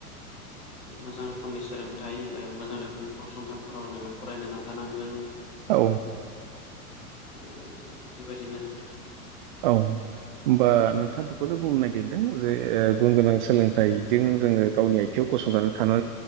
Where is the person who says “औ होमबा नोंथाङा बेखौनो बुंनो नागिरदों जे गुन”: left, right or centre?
Right